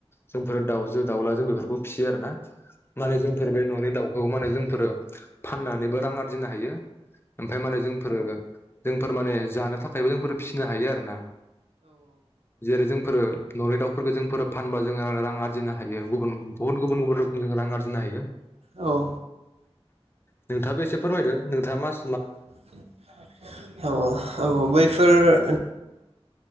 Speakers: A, on the left (about 20°); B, on the right (about 70°).
A: जोंफोर दाउजो दाउला जों बेफोरखौ फिसियो आरो ना। माने जोंफोर बे न'नि दाउ औ माने जोंफोर फाननानैबो रां आरजि आरजिनो हायो। ओमफ्राय माने जोंफोर जोंफोर माने जानो थाखायबो जोंफोर फिसिनो हायो आरो ना जेरै जों फोरो न'नि दाउफोरखौ जोंफोरो फानबा जोङो रां आरजिनो हायो गुबुन गुबुन गुबुन रोखोमनि रां आरजिनो नो हायो
B: औ औ
A: नोंथाङाबो एसे फोरमायदो नोंथाङा मास
B: औ औ औ औ बैफोर